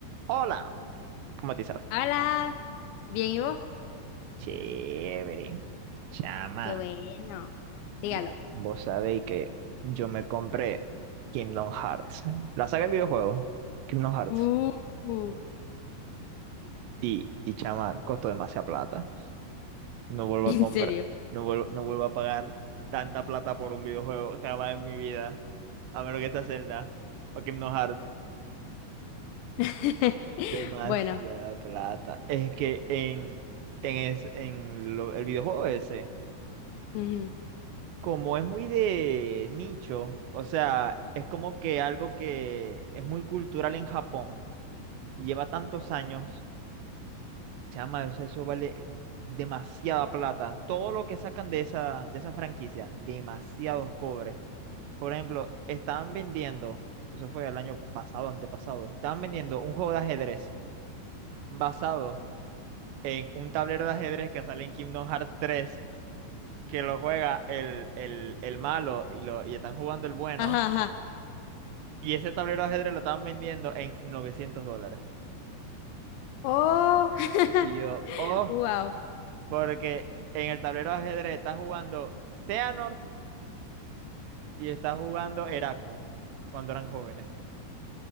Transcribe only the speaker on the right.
Hola, ¿cómo te sale?
Chévere. Chama,
vo- vos sabéis que yo me compré Kingdom Hearts, la saga de videojuegos, Kingdom Hearts,
y, y chama, costó demasiada plata. No vuelvo
a comprar,
no vuelvo, no vuelvo a pagar tanta plata por un videojuego jamás en mi vida, a menos que esta Zelda o Kingdom Hearts.
Demasiada
plata. Es que en, en, es, en lo- el videojuego ese.
Como es muy de nicho, o sea, es como que algo que es muy cultural en Japón y lleva tantos años, chama, o sea, eso vale demasiada plata. Todo lo que sacan de esa, de esa franquicia, demasiados cobres. Por ejemplo, estaban vendiendo, eso fue el año pasado, antepasado, estaban vendiendo un juego de ajedrez basado en un tablero de ajedrez que sale en Kingdom Hearts 3, que lo juega el, el, el malo y, lo, y están jugando el bueno.
Y ese tablero de ajedrez lo estaban vendiendo en 900 dólares.
Y yo, oh,
porque en el tablero de ajedrez está jugando Xehanort y está jugando Eraku cuando eran jóvenes.